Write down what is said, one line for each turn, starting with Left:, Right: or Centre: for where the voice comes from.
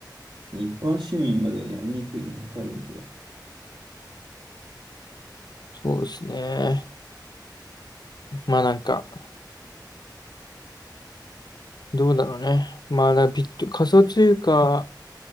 Right: 一般市民まではやりにくいよな、多分それ。
Left: そうですね。まあなんか、どうだろうね。まあだビット、仮想通貨、